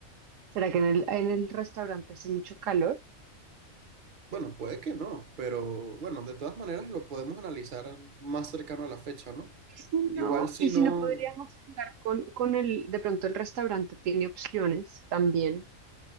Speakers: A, on the right; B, on the right.
A: ¿será que en el, en el restaurante hace mucho calor?
B: bueno, puede que no, pero bueno, de todas maneras lo podemos analizar más cercano a la fecha, ¿no?
A: Si no,
B: Igual si
A: y si
B: no,
A: no podríamos hablar con, con el, de pronto el restaurante tiene opciones también.